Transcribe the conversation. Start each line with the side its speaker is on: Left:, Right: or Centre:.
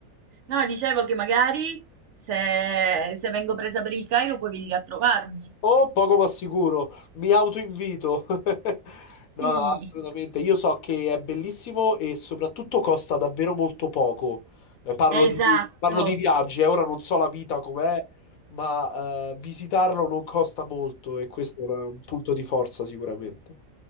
Right: No, dicevo che magari se, se vengo presa per il Cairo puoi venire a trovarmi.
Left: Oh, poco ma sicuro. Mi autoinvito. <laughs> No,
Right: Sì,
Left: no, assolutamente. Io so che è bellissimo e soprattutto costa davvero molto poco. Eh, parlo
Right: esatto.
Left: di, parlo di viaggi, eh, Ora non so la vita com'è, ma eh, visitarlo non costa molto e questo è un punto di forza sicuramente.